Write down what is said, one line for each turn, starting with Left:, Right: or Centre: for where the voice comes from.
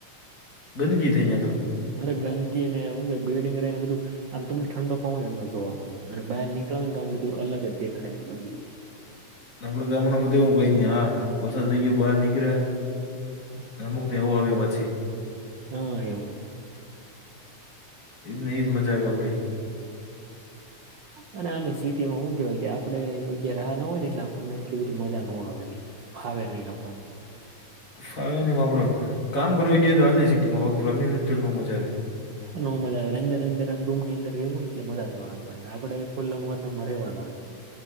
Left: ગંદકી થઈહીયા તો
Right: અરે ગંદકી ને હું કે બિલ્ડીંગ ર ને બધું આમ તમને ઠંડો પવ એમ જોવા મળે અને બહાર નીકળવા ને તો આમ બધું અલગ જ દેખાય
Left: આપડણા ગામડા બધે એવું કઈ નઈ હા વરસાદ રહી ગયો બહાર નીકળ્યા
Right: હા
Left: અમુક ને એવું આવ્યું પછી
Right: હા એવું
Left: એજ ન એજ મજા આવે આપડે
Right: અને આમે સિટી માં શું કેવાય કે આપડે રાહ ના હોય ને એટલે આપણને એટલું બધું મજા ન ના આવે ને ફાવ નહી આપણ
Left: ફાવ ન મા આપડો કામ કરવા ગયોએ તો હા સિટીમાં રમીને તો ન મજા આવે
Right: ન મજા આવે અંદર અંદર આમ રમની અંદર રહેવું ને એટલે મજામાં આવે આપણને આપે ખુલ્લાતમાં ર રહેવાનુંે